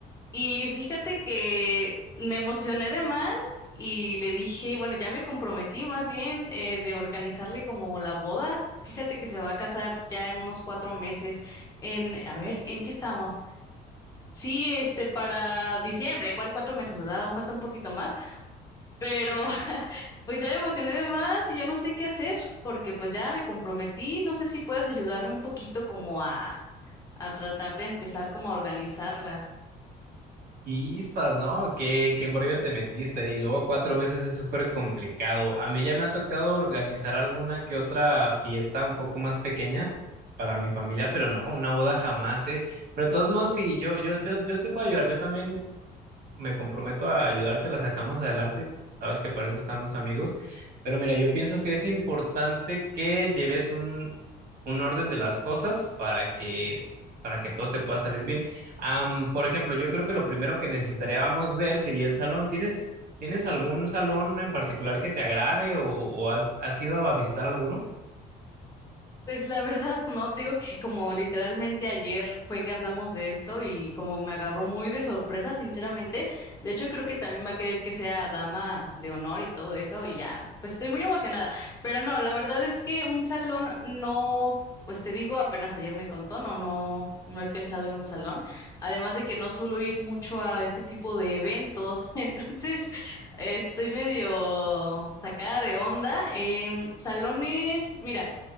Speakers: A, on the left; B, on the right.
A: Y fíjate que me emocioné de más y le dije, bueno, ya me comprometí más bien eh, de organizarle como la boda. Fíjate que se va a casar ya en unos cuatro meses. En, a ver, ¿en qué estamos? Sí, este, para diciembre, igual cuatro meses, ¿verdad? Aún falta un poquito más, pero <laughs> pues ya me emocioné de más y ya no sé qué hacer porque pues ya me comprometí. No sé si puedes ayudarme un poquito como a, a tratar de empezar como a organizarla.
B: Chispas, ¿no? ¿Qué, qué embrollo te metiste? Y luego cuatro meses es súper complicado. A mí ya me ha tocado organizar alguna que otra fiesta un poco más pequeña para mi familia, pero no, una boda jamás, ¿eh? Pero de todos modos, sí, yo, yo, yo, yo te puedo ayudar. Yo también me comprometo a ayudarte, la sacamos adelante. Sabes que para eso están los amigos. Pero mira, yo pienso que es importante que lleves un, un orden de las cosas para que, para que todo te pueda salir bien. Am, por ejemplo, yo creo que lo primero que necesitaríamos ver sería el salón. ¿Tienes, tienes algún salón en particular que te agrade o, o has, has ido a visitar alguno?
A: Pues la verdad, no, te digo que como literalmente ayer fue que hablamos de esto y como me agarró muy de sorpresa, sinceramente. De hecho, creo que también va a querer que sea dama de honor y todo eso y ya, pues estoy muy emocionada. Pero no, la verdad es que un salón no, pues te digo, apenas ayer me contó, no, no, no he pensado en un salón. Además de que no suelo ir mucho a este tipo de eventos, <laughs> entonces estoy medio sacada de onda. Em, salones, mira.